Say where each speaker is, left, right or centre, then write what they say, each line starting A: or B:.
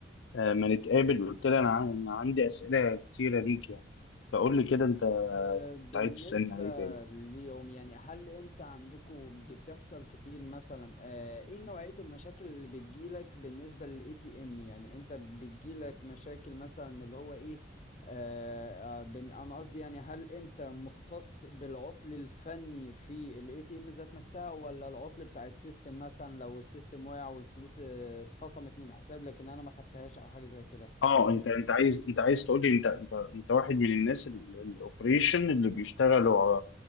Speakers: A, on the left (about 80°); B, on the left (about 35°).
A: آه، ما نتقابل قلت لي أنا ع- أنا عندي أسئلة كتيرة ليك يعني فقول لي كده أنت
B: أه، بالنسبة
A: عايز تسألني على إيه تاني
B: ليهم يعني هل انت عندكم بتحصل كتير مثلا أه، ايه نوعية المشاكل اللي بتجيلك بالنسبة للاي تي ام يعني انت بتجيلك مشاكل مثلا اللي هو ايه أه، أه، بن- انا قصدي يعني هل انت مختص بالعطل الفني في الاي تي ام ذات نفسها ولا العطل بتاع السيستم مثلا لو السيستم وقع والفلوس أه، اتخصمت من الحساب لكن انا ما خدتهاش او حاجة زي كده
A: اه انت انت عايز انت عايز تقول لي انت انت انت واحد من الناس الاوبريشن اللي بيشتغلوا ع-